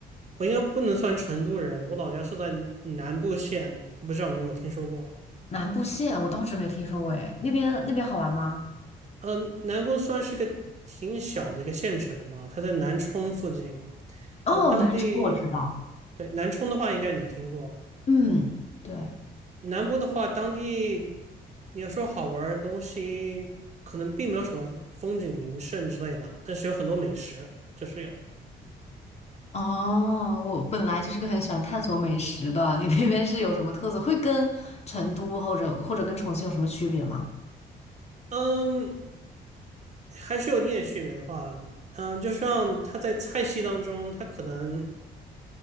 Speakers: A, on the right (about 40°); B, on the left (about 35°).
A: 我应该不能算成都人，我老家是在南部县，我不知道你有没有听说过。
B: 南部县我倒是没听说过，诶，那边那边好玩吗？
A: 嗯，南部算是个挺小的一个县城吧，它在南充附近。
B: 哦，
A: 呃，当地，
B: 南充我知道，
A: 对，南充的话应该你听过，
B: 嗯，对，
A: 南部的话，当地你要说好玩儿的东西，可能并没有什么风景名胜之类的，但是有很多美食，这是有的。
B: 哦，我本来就是个很喜欢探索美食的，你那边是有什么特色？会跟成都或者或者跟重庆有什么区别吗？
A: 嗯，还是有一点区别的话，嗯，就像它在菜系当中，它可能